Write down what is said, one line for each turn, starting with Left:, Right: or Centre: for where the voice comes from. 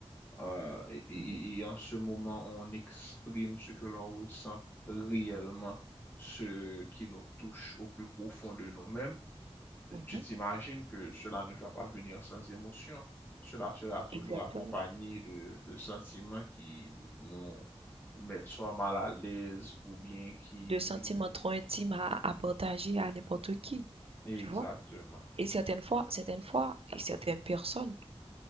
Left: euh, et, et-
Right: mhm,
Left: et en ce moment on exprime ce que l'on ressent réellement, ce qui nous touche au plus profond de nous-mêmes.
Right: mhm,
Left: Tu t'imagines que cela ne va pas venir sans émotion. Cela sera toujours
Right: exactement.
Left: accompagné de, de sentiments qui nous mettent soit mal à l'aise ou bien qui,
Right: De sentiments
Left: qui...
Right: trop intimes à, à partager à n'importe qui,
Left: Exactement.
Right: tu vois? Et certaines fois, certaines fois, et certaines personnes